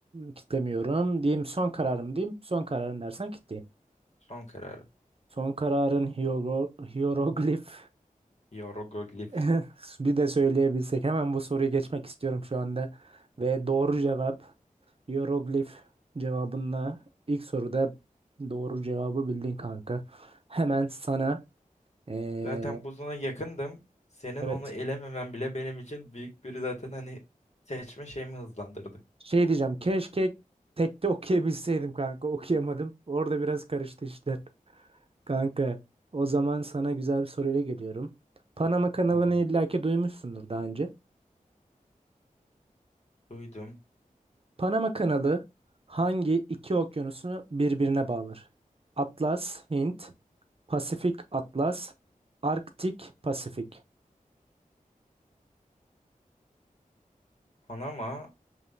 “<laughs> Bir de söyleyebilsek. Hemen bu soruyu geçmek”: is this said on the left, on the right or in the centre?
Right